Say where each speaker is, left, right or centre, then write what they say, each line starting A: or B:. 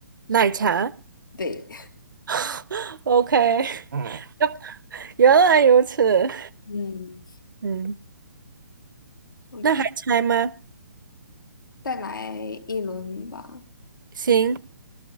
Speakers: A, on the right (about 75°); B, on the left (about 80°).
A: 奶茶。
B: 对
A: <laughs> OK，嗯，<laughs> 原来如此。
B: 嗯，
A: 嗯，
B: ，OK，
A: 那还猜吗？
B: 再来一轮吧。
A: 行，